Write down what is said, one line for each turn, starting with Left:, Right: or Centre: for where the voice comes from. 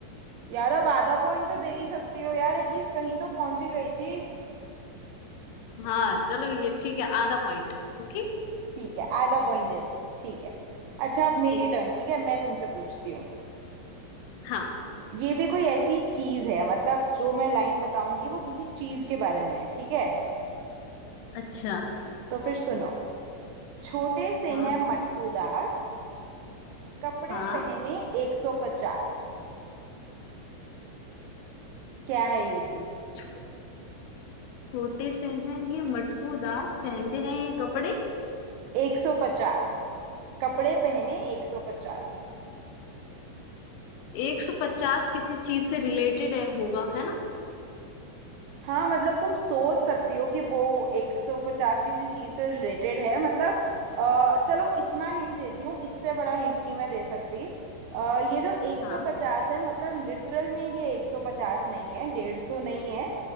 Right: यार अब आधा पॉइंट तो दे ही सकती हो यार एटलीस्ट कहीं तो पहुंची गई थी
Left: हाँ चलो ये ठीक है आधा पॉइंट ओके
Right: ठीक है आधा पॉइंट दे दो ठीक है अच्छा अब मेरी
Left: ठीक है
Right: टर्न ठीक है मैं तुमसे पूछती हूँ
Left: हाँ
Right: ये भी कोई ऐसी चीज है मतलब जो मैं लाइन बताऊंगी वो किसी चीज के बारे में है ठीक है
Left: अच्छा
Right: तो फिर सुनो छोटे से
Left: हाँ
Right: हैं मटकू दास कपड़े
Left: हाँ
Right: पहने 150 क्या है ये चीज
Left: छो- छोटे से हैं ये मटकूदार पहनते हैं ये कपड़े
Right: 150 कपड़े पहने 150
Left: एक सौ पचास किसी चीज से रिलेटेड है होगा है ना
Right: हाँ मतलब तुम सोच सकती हो कि वो 150 किसी चीज से रिलेटेड है मतलब अ, चलो इतना हिंट देती हूँ इससे बड़ा हिंट नहीं मैं दे सकती अ, ये जो 150
Left: हाँ
Right: है मतलब लिटरल में ये 150 नहीं है 150 नहीं है